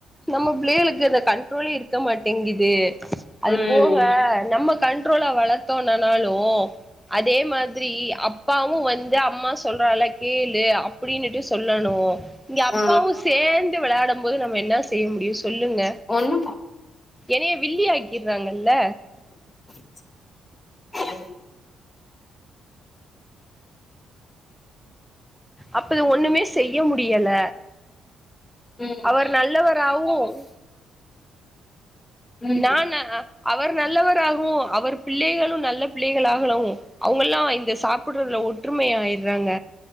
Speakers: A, in the centre; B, on the left.
A: நம்ம பிளையளுக்கு இந்த கண்ட்ரோலே இருக்க மாட்டேங்குது அது
B: ம்
A: போக நமக் கண்ட்ரோல வளர்த்தோ நனாலும் அதே மாதிரி அப்பாவு வந்து அம்மா சொல்றால கேளு அப்படின்னுட்டு சொல்லணும் அப்பாவும்
B: ஆ
A: சேந்து விளையாடும் போது நம்ம என்ன செய்ய முடியும் சொல்லுங்க
B: ஒண்ணு
A: என்னைய வில்லி ஆக்கிறாங்கல்ல
B: <inaudible>
A: அப்ப அது ஒண்ணுமே செய்ய முடியல
B: ம்
A: அவர் நல்லவராவும்
B: ம்
A: நான்ன அவர் நல்லவராகவும் அவர் பிள்ளைகளு நல்ல பிள்ளைகளாகலவும் அவங்கல்லா இந்த சாப்பிடுறதுல ஒற்றுமை ஆய்றாங்க